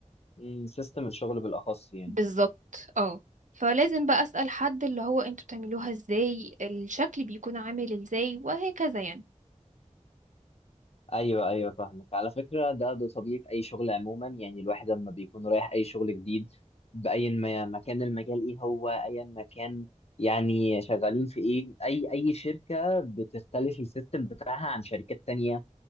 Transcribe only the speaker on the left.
امم سيستم الشغل بالاخص يعني
ايوه ايوه فاهمك على فكره ده ده طبيعي في اي شغل عموما يعني الواحد لما بيكون رايح اي شغل جديد باي ما ما كان المجال ايه هو ايا ما كان يعني شغالين في ايه اي اي شركه بتختلف السيستم بتاعها عن شركات تانية